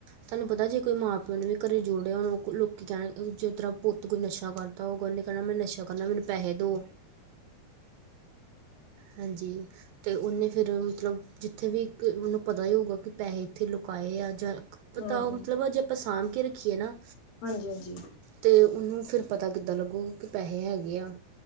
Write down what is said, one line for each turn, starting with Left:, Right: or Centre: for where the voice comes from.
Right: ਤੁਹਾਨੂੰ ਪਤਾ ਜੇ ਕੋਈ ਮਾਂ-ਪਿਓ ਨੇ ਵੀ ਕਦੀ ਜੋੜਿਆ ਹੋਣਾ ਲੋਕੀ- ਲੋਕੀ ਕਹਿਣ ਜਿਸ ਤਰ੍ਹਾਂ ਪੁੱਤ ਕੋਈ ਨਸ਼ਾ ਕਰਦਾ ਹੋਗਾ ਉਹਨੇ ਕਹਿਣਾ ਮੈਂ ਨਸ਼ਾ ਕਰਨਾ ਮੈਨੂੰ ਪੈਸੇ ਦੋ। ਹਾਂਜੀ। ਅਤੇ ਉਹਨੇ ਫਿਰ ਮਤਲਬ ਜਿੱਥੇ ਵੀ ਉਹਨੂੰ ਪਤਾ, ਹੀ ਹੋਊਗਾ ਕਿ ਪੈਸੇ ਇੱਥੇ ਲੁਕਾਏ ਆ ਜਾਂ ਪਤਾ
Left: ਹਮ ਹਮ
Right: ਉਹ ਮਤਲਬ ਅਜੇ ਆਪਾਂ ਸਾਂਭ ਕੇ ਰੱਖੀਏ ਨਾ।
Left: ਹਾਂਜੀ-ਹਾਂਜੀ।
Right: ਅਤੇ ਉਹਨੂੰ ਫਿਰ ਪਤਾ ਕਿੱਦਾਂ ਲੱਗੇੂਗਾ ਕਿ ਪੈਸੇ ਹੈਗੇ ਆ?